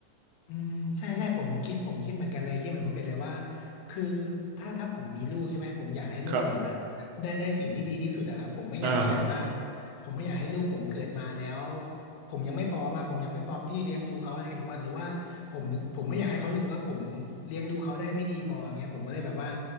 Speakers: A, on the left; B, on the right.
A: อืมใช่ใช่ผมคิดผมคิดเหมือนกันเลยคิดเหมือนคุณเป็ดเลยว่าคือถ้าถ้าผมมีลูกใช่ไหมผมอยากให้ลูกผมอะ
B: ครับ
A: ได้ได้สิ่งที่ดีที่สุดอะครับผมไม่อยากให้แบบว่า
B: อ่าครับ
A: ผมไม่อยากให้ลูกผมเกิดมาแล้วผมยังไม่พร้อมาผมยังไม่พร้อมที่เลี้ยงดูเขาอะไรหรือว่าหรือว่าผมผมไม่อยากให้เขารู้สึกว่าผมเลี้ยงดูเขาได้ไม่ดีพออย่างเงี้ยผมก็เลยแบบว่า